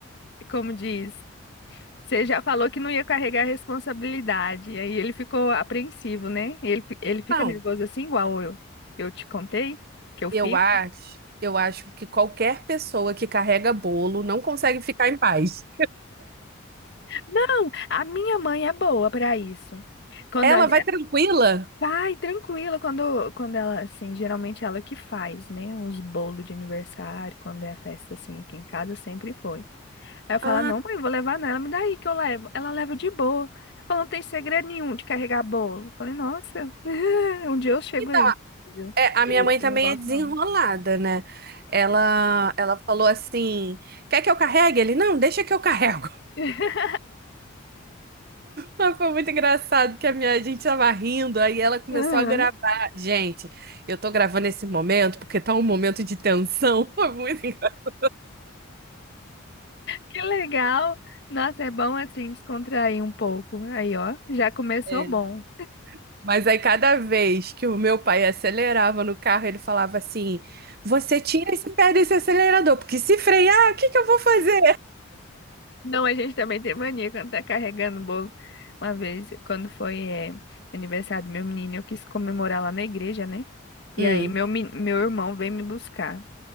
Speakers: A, on the left; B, on the right.
A: como diz, você já falou que não ia carregar a responsabilidade, e aí ele ficou apreensivo, né? Ele, fi- ele fica
B: Não,
A: nervoso assim, igual eu, eu te contei que eu fico.
B: eu acho, eu acho que qualquer pessoa que carrega bolo não consegue ficar em paz.
A: Não, a minha mãe é boa para isso. Quando
B: Ela
A: a,
B: vai tranquila.
A: Vai, tranquilo, quando, quando ela, assim, geralmente ela que faz, né, uns bolos de aniversário, quando é festa, assim, aqui em casa, sempre foi. Aí eu falo,
B: Ah,
A: "Ah, não, mãe, eu vou levar nela, me dá aí que eu levo. Ela leva de boa. Ela falou, não tem segredo nenhum de carregar bolo. Eu falei, nossa, <laughs> um dia eu chego
B: que
A: aí.
B: da
A: viu?
B: é, a
A: Eu,
B: minha mãe
A: eu
B: também
A: não gosto,
B: é desenrolada,
A: não.
B: né? Ela, ela falou assim: quer que eu carregue? Ele, não, deixa que eu carrego.
A: <laughs>
B: Mas foi muito engraçado que a minha gente tava rindo, aí ela começou
A: Aham,
B: a gravar. Gente, eu tô gravando esse momento porque tá um momento de tensão. <laughs> Foi muito engraçado.
A: Que legal. Nossa, é bom, assim, descontrair um pouco. Aí, ó, já começou
B: É.
A: bom.
B: Mas aí cada vez que o meu pai acelerava no carro, ele falava assim: Você tira esse pé desse acelerador, porque se frear, o que que eu vou fazer?
A: Não, a gente também tem mania quando tá carregando o bolo. Uma vez, quando foi, eh, aniversário do meu menino, eu quis comemorar lá na igreja, né? E
B: Hum,
A: aí, meu, men- meu irmão veio me buscar.